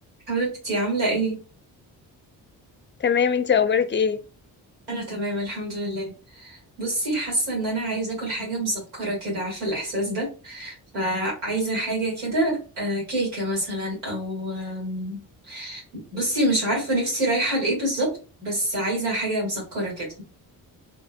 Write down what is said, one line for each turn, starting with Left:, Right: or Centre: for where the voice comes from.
Right: حبيبتي عاملة ايه؟
Left: تمام انتي اخبارك ايه
Right: أنا تمام الحمد لله بصي حاسة إن أنا عايزة أكل حاجة مسكرة كده عارفة الإحساس ده فعايزة حاجة كده آه، كيكة مثلا أو آم، بصي مش عارفة نفسي رايحة لإيه بالظبط بس عايزة حاجة مسكرة كده